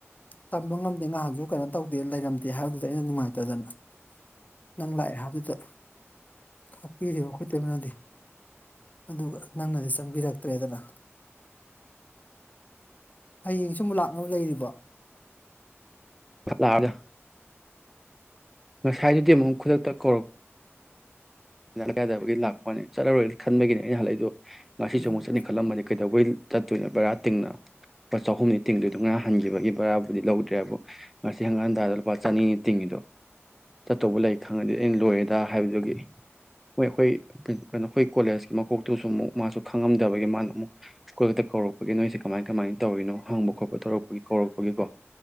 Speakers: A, on the left; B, in the centre.
A: ꯇꯝꯕ ꯉꯝꯗꯦ ꯅꯍꯥꯟꯁꯨ ꯀꯩꯅꯣ ꯇꯧꯗꯦ ꯂꯩꯔꯝꯗꯦ ꯍꯥꯏꯕꯗꯨꯗ ꯑꯩꯅ ꯅꯨꯡꯉꯥꯏꯇꯗꯅ ꯅꯪ ꯂꯥꯛꯑꯦ ꯍꯥꯏꯕꯗꯨꯗ ꯈꯥꯛꯄꯤ ꯑꯩꯈꯣꯏ ꯇꯃꯅꯗꯤ ꯑꯗꯨꯒ ꯅꯪꯅꯗꯤ ꯆꯪꯕꯤꯔꯛꯇ꯭ꯔꯦꯗꯅ ꯍꯌꯦꯡ ꯁꯨꯝ ꯂꯥꯛꯅꯕ ꯂꯩꯔꯤꯕ
B: ꯂꯥꯗ ꯉꯁꯥꯏꯗꯨꯗꯤ
A: ꯎꯝ
B: ꯑꯃꯨꯛ ꯈꯨꯗꯛꯇ ꯀꯧꯔꯛꯄ ꯀꯥꯏꯗꯕꯒꯤ ꯂꯥꯛꯄꯅꯤ ꯆꯠꯂꯔꯣꯏꯅ ꯈꯟꯕꯒꯤꯅꯦ ꯑꯩꯅ ꯍꯜꯂꯛꯏꯗꯣ ꯉꯁꯤꯦ
A: ꯎꯝ
B: ꯑꯃꯨꯛ ꯆꯠꯅꯤ ꯈꯜꯂꯝꯕꯅꯤ ꯀ ꯑꯗꯨꯧꯕꯩ ꯆꯠꯇꯣꯏꯅꯦ ꯕꯔꯥ ꯇꯤꯡꯅ ꯂꯨꯄꯥ ꯆꯍꯨꯝꯅꯤ ꯇꯤꯡꯗꯣꯏꯗꯣ ꯉꯔ ꯍꯟꯈꯤꯕꯒꯤ ꯕꯔꯥꯕꯨꯗꯤ ꯂꯧꯗ꯭ꯔꯦꯕꯨ ꯉꯁꯤ ꯍꯪꯒꯥꯥꯟꯗꯥꯗ ꯂꯨꯄꯥ ꯆꯅꯤꯅꯤ ꯇꯤꯡꯉꯤꯗꯣ ꯆꯠꯇꯧꯕ ꯂꯩ ꯈꯪꯉꯗꯤ ꯑꯩꯅ ꯂꯣꯏꯔꯦꯗ ꯍꯥꯏꯕꯗꯨꯒꯤ ꯃꯣꯏ ꯑꯩꯈꯣꯏ ꯀꯩꯅꯣ ꯑꯩꯈꯣꯏ ꯀꯣꯂꯦꯖꯀꯤ ꯃꯀꯣꯛꯇꯨꯁꯨ ꯑꯃꯨꯛ ꯃꯥꯁꯨ ꯈꯪꯉꯝꯗꯕꯒꯤ ꯃꯥꯅ ꯑꯃꯨꯛ ꯑꯩꯈꯣꯏ ꯈꯛꯇ ꯀꯧꯔꯛꯄꯒꯤ ꯅꯣꯏꯁꯦ ꯀꯃꯥꯏ ꯀꯃꯥꯏꯅ ꯇꯧꯔꯤꯅꯣ ꯍꯪꯕ ꯈꯣꯠꯄ ꯇꯧꯔꯛꯄꯒꯤ ꯀꯧꯔꯛꯄꯒꯤꯀꯣ